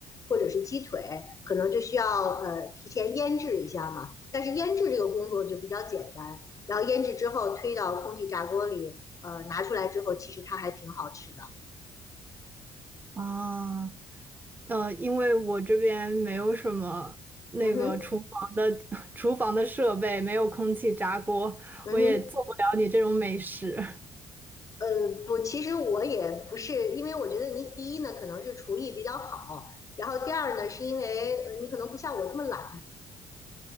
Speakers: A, on the left; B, on the right.
A: 或者是鸡腿，可能就需要呃提前腌制一下嘛。但是腌制这个工作就比较简单。然后腌制之后推到空气炸锅里，呃，拿出来之后，其实它还挺好吃的。
B: 啊。呃，因为我这边没有什么那个厨房的
A: 嗯哼，
B: <laughs> 厨房的设备，没有空气炸锅，
A: 嗯哼，
B: 我也做不了你这种美食。<laughs>
A: 呃，不，其实我也不是，因为我觉得你第一呢，可能是厨艺比较好，然后第二呢，是因为呃你可能不像我这么懒，